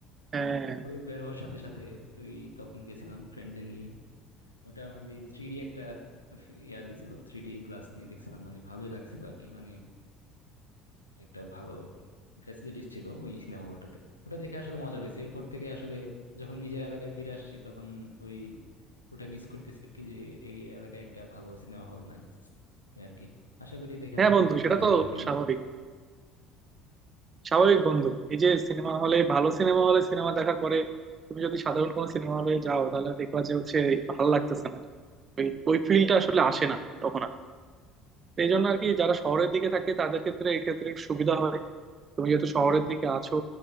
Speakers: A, on the right (about 30°); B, on the left (about 85°).
A: হ্যাঁ
B: ওই বের হওয়ার সাথে সাথে ওই তখন গেছিলাম ফ্রেন্ডদের নিয়ে ওটা মেবি থ্রি ডি একটা ফি- ইয়া দিছিল থ্রি ডি গ্লাস নিয়ে দেখছিলাম মানে ভালোই লাগছিল আর কি মানে একটা ভালো ফ্যাসিলিটিস ছিল ওই সিনেমা হলটাতে ওটা দেখে আসলে মজা পাইছে এরপর থেকে আসলে যখন নিজের এলাকায় ফিরে আসছি তখন ওই ওটা মিস করতেছি আর কি যে এই এলাকায় একটা ভালো সিনেমা হল নাই আর কি আশা করি দেখা
A: হ্যাঁ
B: যাক
A: বন্ধু সেটা
B: ফিউচারে
A: তো
B: হয় কিনা
A: স্বাভাবিক স্বাভাবিক বন্ধু এই যে সিনেমা হলে ভালো সিনেমা হলে সিনেমা দেখার পরে তুমি যদি সাধারণ কোনো সিনেমা হলে যাও তাহলে দেখবা যে হচ্ছে ভালো লাগতেছে না ওই ওই ফিলটা আসলে আসে না তখন আর তো এই জন্য আর কি যারা শহরের দিকে থাকে তাদের ক্ষেত্রে এই ক্ষেত্রে একটু সুবিধা হয় তুমি যেহেতু শহরের দিকে আছো